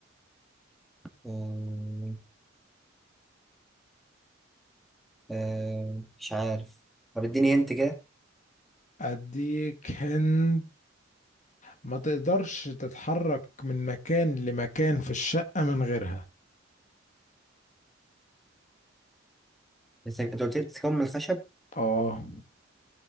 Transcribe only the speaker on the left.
اديك هند ما تقدرش تتحرك من مكان لمكان في الشقة من غيرها
اه